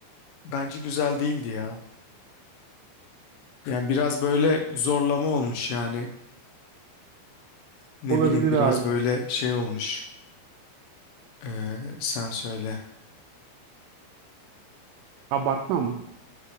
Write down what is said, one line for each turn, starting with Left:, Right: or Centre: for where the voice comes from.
Left: bence güzel değildi ya. Yani biraz böyle zorlama olmuş yani ne
Right: Olabilir
Left: bileyim biraz
Right: abi.
Left: böyle şey olmuş Ee, sen söyle.
Right: Abartma mı?